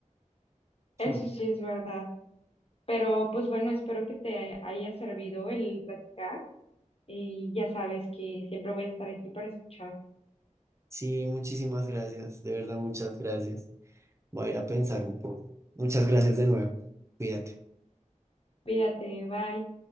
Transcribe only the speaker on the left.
Eso
sí es verdad, pero pues bueno, espero que te haya servido el platicar y ya sabes que siempre voy a estar aquí para escuchar.
Cuídate, bye.